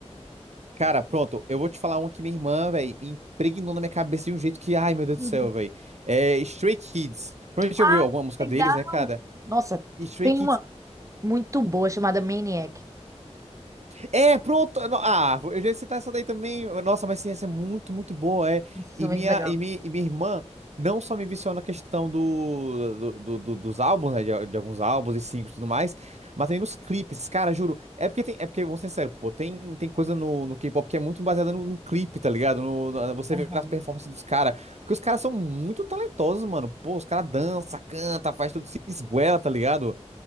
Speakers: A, on the right; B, on the right.
A: cara, pronto. Eu vou te falar uma que minha irmã, velho, impregnou na minha cabeça de um jeito que, ai, meu Deus
B: <laughs>
A: do céu, velho. É Stray Kids. Provavelmente já
B: Ah,
A: ouviu alguma música
B: legal!
A: deles, né, cara?
B: Nossa,
A: E Stray
B: tem
A: Kids
B: uma muito boa chamada Maniac.
A: É, pronto. no- Ah, eu já ia citar essa daí também. Nossa, mas sim, essa é muito, muito boa. É.
B: Nossa, isso
A: E
B: é muito
A: minha,
B: legal.
A: e mi- e minha, irmã não só me viciou na questão do, do- do- do- dos álbuns, né? De, de alguns álbuns e singles e tudo mais, mas também nos clipes, cara, juro. É porque tem, é porque, vou ser sincero, pô, tem, tem coisa no, no K-pop que é muito baseada no, no clipe, tá ligado? No, na- você
B: Aham,
A: vê as performances dos caras. Porque os caras são muito talentosos, mano. Pô, os caras dançam, canta, faz tudo, se esguela, tá ligado?